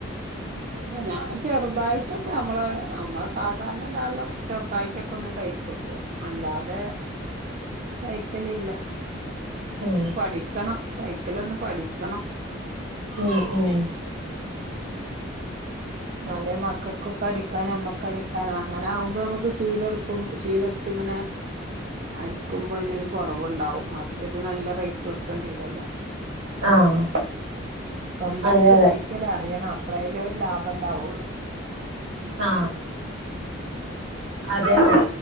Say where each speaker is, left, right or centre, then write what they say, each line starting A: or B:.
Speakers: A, on the right; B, on the right.
A: ഇല്ല ഞാൻ ചെറുതായിട്ടൊക്കെ നമ്മള് നമ്മളെ സാധാരണ ഇടാള്ളൊക്കെ ചെറുതായിട്ടൊക്കെ ഒന്ന് തയ് ചോക്കും അല്ലാതെ തൈക്കൽ ഇല്ല
B: ഉം
A: പഠിക്കണം തൈക്കലൊന്ന് പഠിക്കണം
B: ഉം ഉം
A: അതെ മക്കൾക്കും അടിക്കാനും അമ്മക്കടിക്കാന അങ്ങനെ ആകുമ്പോ നമ്മുക്ക് ശീലട്ക്കും ശീല പ്പ്ത്തിങ്ങനെ അഴക്കുമ്പോ അതിലരു കുറവുണ്ടാവും മറ്റത് നല്ല റേറ്റ് കൊടുക്കേണ്ടിരല്ലോ
B: ആഹ്
A: സ്വന്തായിട്ട്
B: അതെ അതെ
A: തയ്ക്കലറിയണം അപളയില ഒരു ലാഭ ഇണ്ടാവൂള്ളൂ
B: ആ അതെ അതെ